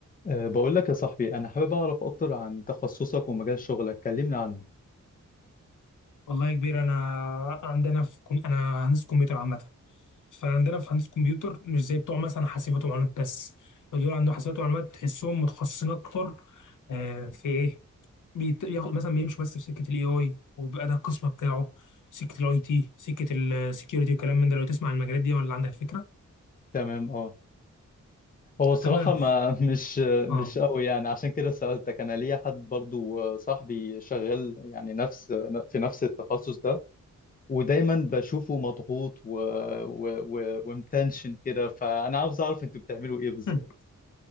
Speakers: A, on the left; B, on the left.
A: أه بقول لك يا صاحبي أنا حابب أعرف أكتر عن تخصصك ومجال شغلك كلمني عنه
B: والله يا كبير انا عندنا في كم... انا هندسه كمبيوتر عامه فعندنا في هندسه كمبيوتر مش زي بتوع مثلا حاسبات ومعلومات بس دول عندهم حاسبات ومعلومات تحسهم متخصصين اكتر آه، في ايه بيت... ياخد مثلا بيمشوا بس في سكه الاي اي وبيبقى ده القسم بتاعه سكه الاي تي سكه السكيورتي وكلام من ده لو تسمع عن المجالات دي ولا عندك فكره
A: تمام أه هو الصراحة
B: تمام
A: ما <laughs> مش مش
B: اه
A: قوي يعني عشان كده سألتك أنا ليا حد برضو آه، صاحبي شغال يعني نفس في نفس التخصص ده ودايما بشوفه مضغوط و... و... و... ومتنشن كده فأنا عاوز أعرف أنتوا بتعملوا إيه بالظبط
B: <laughs>